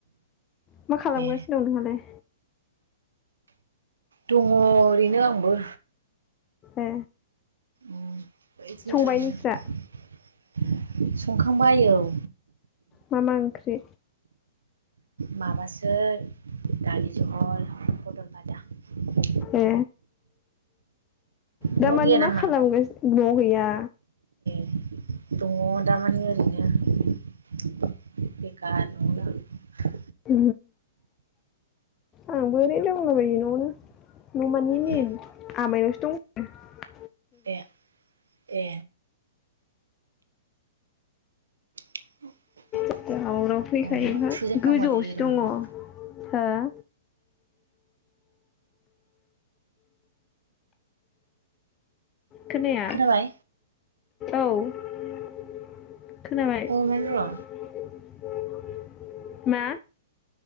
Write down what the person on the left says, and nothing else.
मा खालामगासिनो
दं नोंहालाय
ए
संबाय नोंस्रा
मा-मा ओंख्रि
ए
दामानि
मा खालामगोन नआव गैया
<unintelligible> आंबो आरैनो दंला बायो न आवनो न माने
आमायनाव <unintelligible>
उनाव फैखायो
<unintelligible> गोजौआवसो
दङ। हो?
खोनाया
औ । खोनाबाय
।
मा?